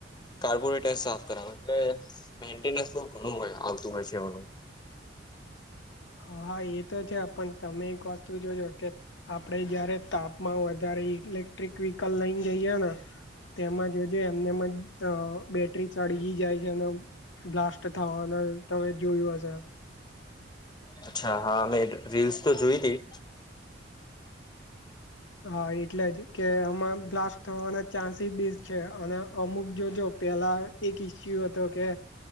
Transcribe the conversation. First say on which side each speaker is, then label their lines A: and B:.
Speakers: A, on the left; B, on the left.
A: કાર્બોરેટફ સાફ કરવાનું એટલે મેન્ટેનન્સ ઘણું હોય આવતું હોય છે એનું
B: હા એ તો છે પણ તમે એક વસ્તુ જોજો કે આપણેે જયારે તાપમાં વધારે ઇલેક્ટ્રિક વ્હીકલ લઈને જઈએ ને તેમાં જોજો એમ નેમ જ બેટરી સળગી જાય છે અને બ્લાસ્ટ થવાનું તમે જોયું હશે.
A: અચ્છા હા મેં રીલ્સ તો જોય હતી.
B: હા એટલે જ કે આમાં બ્લાસ્ટ થવાના ચાન્સીસ બી છે અને અમુક જોજો પેલા એક ઈસ્યુ હતો કે...